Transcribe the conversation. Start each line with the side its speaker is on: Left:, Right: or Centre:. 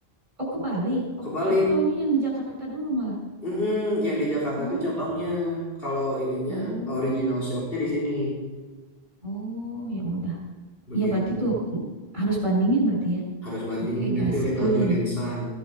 Right: Oh, kebalik. Oh,
Left: Kebalik,
Right: aku taunya yang di Jakarta dulu malah.
Left: mm yang di Jakarta
Right: Oh,
Left: tuh cabangnya. Kalau ininya
Right: oh,
Left: original shopnya di sini,
Right: oh, ya udah.
Left: begitu.
Right: Iya berarti tuh mm, harus bandingin berarti ya.
Left: Harus bandingin
Right: Oke, gaskeun.
Left: nanti Little John and Son.